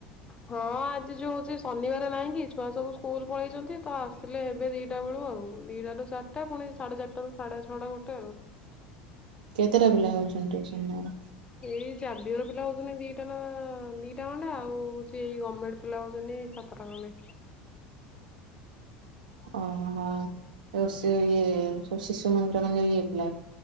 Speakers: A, on the left; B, on the right.
A: ହଁ ଆଜି ଯୋଉ ହଉଛି ଶନିବାର ନାହିଁ କି ଛୁଆ ସବୁ ସ୍କୁଲ ପଳେଇଛନ୍ତି ତ ଆସିଲେ ହେବେ ଦିଇଟା ବେଳୁ ଆଉ ଦିଇଟାରୁ ଚାରିଟା ପୁଣି ସାଢ଼େ ଚାରିଟାରୁ ସାଢ଼େ ଛଅଟା ଗୋଟେ ଆଉ।
B: କେତେଟା <unintelligible>
A: ଏଇ ଜାବିଅର ପିଲା ହେଉଛନ୍ତି ଦିଟା ନା ଦିଇଟା ଖଣ୍ଡେ ଆଉ ହଉଛି ଗମେଣ୍ଟ ପିଲା ହେଉଛନ୍ତି ସାତଟା ଖଣ୍ଡେ।
B: ଓହୋଃ ଓ ସେ ଏଏଏ ଓ ଶିଶୁମନ୍ଦିର। <unintelligible>